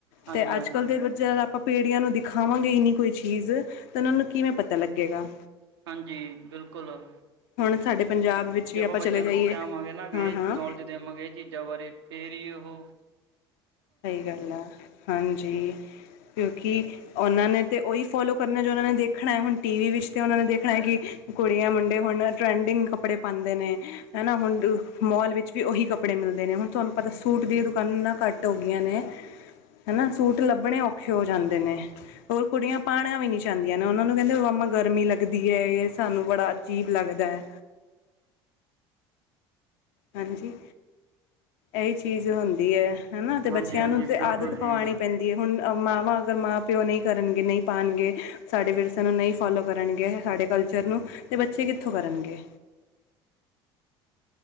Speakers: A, on the right; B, on the left.
A: ਹਾਂਜੀ
B: ਤੇ
A: ਹਾਂਜੀ
B: ਅੱਜ ਕੱਲ੍ ਦੇ ਬੱਚੇ ਜੱਦ ਆਪਾਂ ਪੀੜ੍ਹੀਆਂ ਨੂੰ ਦਿਖਾਵਾਂਗੇ ਈ ਨਈ ਕੋਈ ਚੀਜ਼ ਤੇ ਓਨਾਂ ਨੂੰ ਕਿਵੇਂ ਪਤਾ ਲੱਗੇਗਾ।
A: ਜੀ ਬਿਲਕੁਲ।
B: ਹੁਣ ਸਾਡੇ ਪੰਜਾਬ ਵਿੱਚ
A: ਜੇ
B: ਵੀ
A: ਆਪਾਂ ਬੱਚੇਆਂ
B: ਚਲੇ ਜਾਈਏ
A: ਨੂੰ ਸਿਖਾਵਾਂਗੇ ਨਾ ਵੀ
B: ਹਾਂ ਹਾਂ
A: ਨੌਲੇਜ ਦੇਵਾਂਗੇ ਏ ਚੀਜ਼ਾਂ ਬਾਰੇ ਫੇਰ ਹੀ ਓਹੋ
B: ਸਈ ਗੱਲ ਆ, ਹਾਂਜੀ ਕਿਉਂਕਿ ਓਨਾਂ ਨੇ ਤੇ ਓਈ ਫੋਲੋ ਕਰਨਾ ਜੋ ਓਨਾਂ ਨੇ ਦੇਖਣਾ ਐ, ਹੁਨ ਟੀਵੀ ਵਿੱਚ ਤੇ ਓਨਾਂ ਨੇ ਦੇਖਣਾ ਐ ਕਿ ਕੁੜੀਆਂ ਮੁੰਡੇ ਹੁਨ ਟਰੈਂਡਿੰਗ ਕੱਪੜੇ ਪਾਂਦੇ ਨੇ। ਹੈਨਾ ਹੁਨ ਮੋਲ ਵਿੱਚ ਵੀ ਓਹੀ ਕੱਪੜੇ ਮਿਲਦੇ ਨੇ ਹੁਨ ਤੁਆਨੂੰ ਪਤਾ ਸੂਟ ਦੀਆਂ ਦੁਕਾਨਾਂ ਨਾ ਘੱਟ ਟ ਹੋ ਗੀਆਂ ਨੇ ਹੈਨਾ ਸੂਟ ਲੱਭਣੇ ਔਖੇ ਹੋ ਜਾਂਦੇ ਨੇ। ਹੋਰ ਕੁੜੀਆਂ ਪਾਣਾ ਵੀ ਣੀ ਚਾਂਦੀਆਂ ਨੇ ਓਨਾਂ ਨੂੰ ਕੈਂਦੇ ਮਮਾ ਗਰਮੀ ਲੱਗਦੀ ਐ ਏ ਸਾਨੂੰ ਬੜਾ ਅਜੀਬ ਲੱਗਦਾ ਐ। ਹਾਂਜੀ, ਐਹੀ ਚੀਜ਼ ਹੁੰਦੀ ਐ, ਹਨਾ ਤੇ
A: ਹਾਂਜੀ
B: ਬੱਚੇਆਂ
A: ਹਾਂਜੀ
B: ਨੂੰ ਤੇ
A: ਬਿਲਕੁਲ
B: ਆਦਤ ਪਵਾਣੀ
A: ਜੀ
B: ਪੈਂਦੀ ਏ ਹੁਨ ਮਾਵਾਂ ਅਗਰ ਮਾਂ ਪਿਓ ਨਈ ਕਰਨਗੇ, ਨਈ ਪਾਨਗੇ ਸਾਡੇ ਵਿਰਸੇ ਨੂੰ ਨਈ ਫੋਲੋ ਕਰਨਗੇ, ਸਾਡੇ ਕਲਚਰ ਨੂੰ ਤੇ ਬੱਚੇ ਕਿੱਥੋਂ ਕਰਨਗੇ।